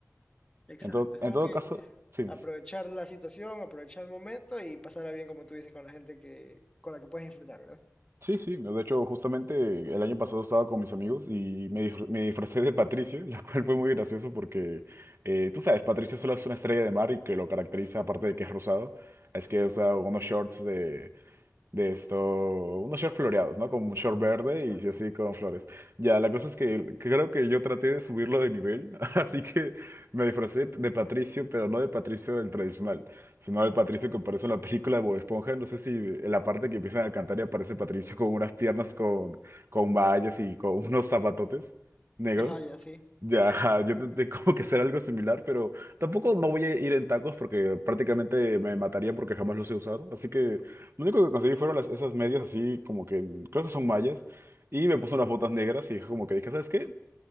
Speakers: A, on the left (about 20°); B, on the right (about 50°).
A: Exacto.
B: En todo,
A: Es
B: en
A: como
B: todo
A: que
B: caso, sí.
A: aprovechar la situación, aprovechar el momento y pasarla bien, como tú dices, con la gente que, con la que puedes disfrutar, ¿verdad?
B: Sí, sí, no, de hecho justamente el año pasado estaba con mis amigos y me, disfr- me disfracé de Patricio, <laughs> lo cual fue muy gracioso porque eh, tú sabes, Patricio solo es una estrella de mar y que lo caracteriza, aparte de que es rosado, es que usa unos shorts de de esto, unos shorts floreados, ¿no? Con un short verde
A: Exacto.
B: y sí o sí con flores. Ya, la cosa es que creo que yo traté de subirlo de nivel, <laughs> así que me disfracé de Patricio, pero no de Patricio el tradicional, sino del Patricio que aparece en la película de Bob Esponja. No sé si en la parte que empiezan a cantar y aparece Patricio con unas piernas con, con vallas y con <laughs> unos zapatotes negros.
A: Ajá, ya sí.
B: Ya, ajá, yo intenté <laughs> como que hacer algo similar, pero tampoco no voy a ir en tacos porque prácticamente me mataría porque jamás los he usado. Así que lo único que conseguí fueron las, esas medias así como que creo que son mallas y me puse unas botas negras y como que dije, ¿sabes qué?